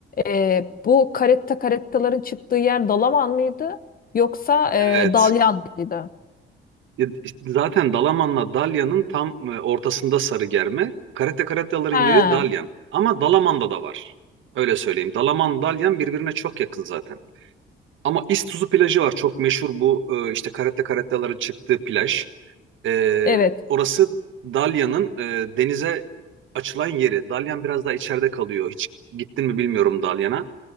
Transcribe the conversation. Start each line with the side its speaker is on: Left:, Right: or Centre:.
Left: Ee, bu karetta karettaların çıktığı yer Dalaman mıydı? Yoksa e,
Right: Evet.
Left: Dalyan mıydı?
Right: E, Zaten Dalaman'la Dalyan'ın tam e, ortasında Sarıgerme. Karate karataların
Left: Ha
Right: yeri Dalyan. Ama Dalaman'da da var. Öyle söyleyeyim. Dalaman, Dalyan birbirine çok yakın zaten. Ama İztuzu plajı var çok meşhur bu e, işte karate karatellerin çıktığı plaj. E,
Left: evet.
Right: orası Dalyan'ın e, denize açılan yeri. Dalyan biraz daha içeride kalıyor. Hiç gittin mi bilmiyorum Dalyan'a.